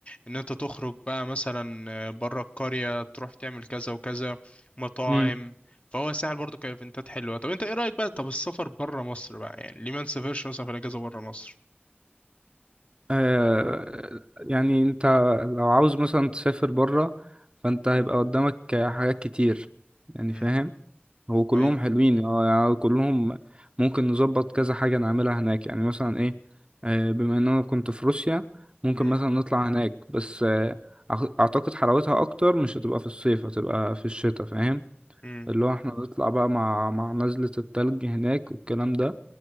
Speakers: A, on the left; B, on the right.
A: ان انت تخرج بقى مثلا آه، بره القرية تروح تعمل كذا وكذا مطاعم
B: مم.
A: فهو الساحل برضو كايفنتات حلوة طب انت ايه رأيك بقى طب السفر بره مصر بقى يعني ليه ما نسافرش مثلا في الاجازة بره مصر
B: آه، يعني انت لو عاوز مثلا تسافر بره فانت
A: مم.
B: هيبقى قدامك حاجات كتير يعني
A: امم
B: فاهم هو كلهم
A: ايوه
B: حلوين اه، يعني كلهم ممكن نظبط كذا حاجة نعملها هناك يعني مثلا ايه آه، بما ان انا كنت في روسيا ممكن
A: امم
B: مثلا نطلع هناك بس آه، أعت- اعتقد حلاوتها اكتر مش هتبقى في الصيف هتبقى في الشتاء فاهم
A: امم
B: اللي هو احنا نطلع بقى مع مع نزلة التلج هناك والكلام ده